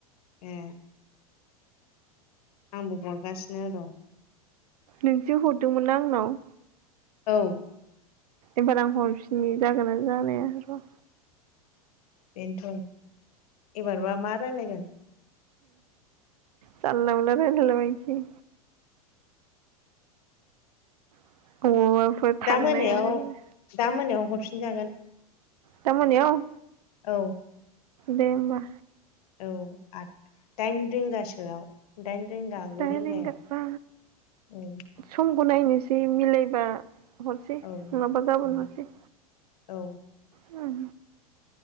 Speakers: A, on the left; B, on the right.
A: ए आंबो हरगासिनो दं।
B: नोंसो हरदोंमोनना आंनाव?
A: औ
B: एबार आं हरफिननि जागोना जानाया र'
A: बेनथ' एबारबा मा रायज्लायगोन
B: जानला मोनला रायलायलाबायसै <unintelligible> थांनाय
A: दा मोनायाव
B: मानाय
A: दा मोनायाव, हरफिनजागोन,
B: दा मोनायाव
A: औ
B: दे ओनबा,
A: औ आ दाइन रिंगासोआव दाइन, रिंगा गु
B: दाइन
A: रिंगायाव
B: रिंगा
A: उम
B: समखौ नायनोसै मिलायबा, हरसै
A: औ
B: नङाबा गाबोन हरसै,
A: औ
B: उम